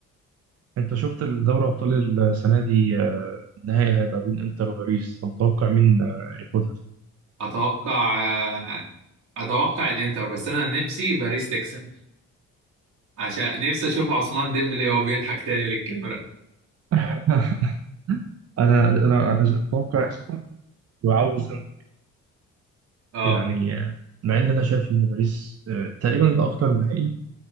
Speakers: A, on the right; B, on the right.
A: انت شفت الدوري أبطال السنة دي آه، النهائي هيبقى بين انتر وباريس انت متوقع مين آه، ياخدها فيه
B: اتوقع آه، اتوقع الانتر بس انا نفسي باريس تكسب عشان نفسي اشوف عثمان ديمبلي وهو بيضحك تاني للكاميرا
A: <laughs> انا انا انا متوقع انتر وعاوز انتر
B: اه
A: يعني آه، مع ان انا شايف ان باريس آه، تقريبا ده اكتر نهائي